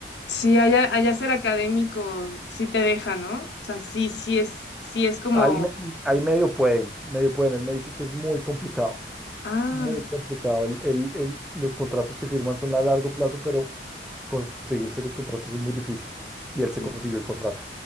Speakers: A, on the left (about 70°); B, in the centre.
A: sí allá, allá ser académico sí te deja, ¿no? O sea, sí, sí es, sí es como,
B: Ahí, me- ahí medio pueden, medio pueden. Él me dice que es muy complicado,
A: ah,
B: muy complicado. El, el- el- los contratos que firman son a largo plazo, pero conseguirse los contratos es muy difícil. Y él se
A: uf,
B: consiguió el contrato.